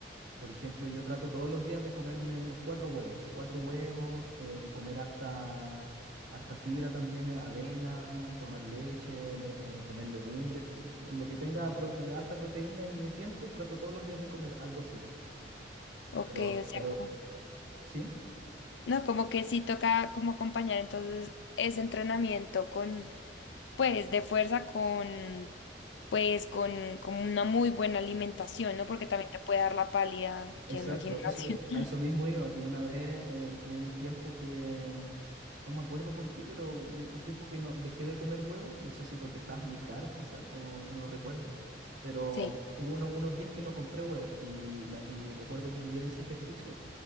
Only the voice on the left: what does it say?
Ok,
o sea,
como...
No, como que sí toca como acompañar entonces ese entrenamiento con, pues, de fuerza con, pues, con, con una muy buena alimentación, ¿no? Porque también te puede dar la pálida
yendo al gimnasio.
<laughs>
Sí.